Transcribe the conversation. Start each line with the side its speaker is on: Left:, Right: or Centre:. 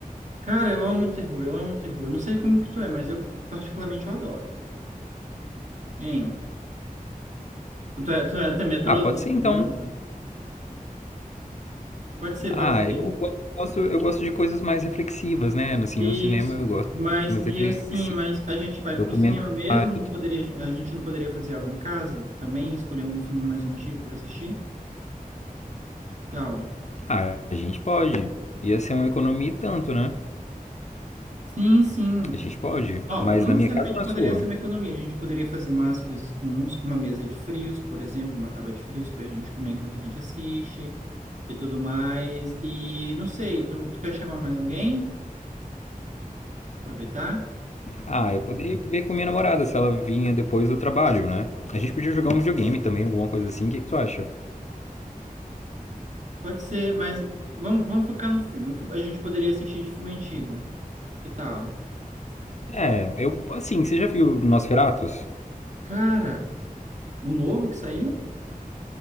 Right: Cara, eu amo terror, eu amo terror. Eu Não sei como que tu é, mas eu particularmente eu adoro. Hein? Tu é, tu é até medroso?
Left: Ah, pode
Right: Tipo,
Left: ser então.
Right: medroso? Pode ser,
Left: Ah,
Right: pode ser.
Left: eu gosto, eu gosto de coisas mais reflexivas, né? Assim,
Right: Isso,
Left: no cinema eu gosto de
Right: mas
Left: coisas mais
Right: e
Left: reflexivas.
Right: assim, mas a gente vai
Left: Documentário.
Right: pro cinema mesmo? Não poderia, a gente não poderia fazer algo em casa também? Escolher algum filme mais antigo para assistir? Tal.
Left: Ah, a gente pode. Ia ser uma economia e tanto, né?
Right: Sim, sim.
Left: A gente pode.
Right: Ó,
Left: Mas
Right: não
Left: na
Right: necessariamente
Left: minha casa ou na
Right: poderia
Left: sua?
Right: ser uma economia. A gente poderia fazer umas coisas comuns, uma mesa de frios, por exemplo, uma tábua de frios para a gente comer enquanto a gente assiste e tudo mais. E não sei, tu, tu quer chamar mais alguém? Pra Aproveitar?
Left: Ah, eu poderia ver com minha namorada se ela vinha depois do trabalho, né? A gente podia jogar um videogame também, alguma coisa assim. O que que tu acha?
Right: Pode ser, mas vamos, vamos focar no filme. O que a gente poderia assistir de filme antigo? Que tal?
Left: É, eu, assim, você já viu Nosferatus?
Right: Cara. O novo que saiu?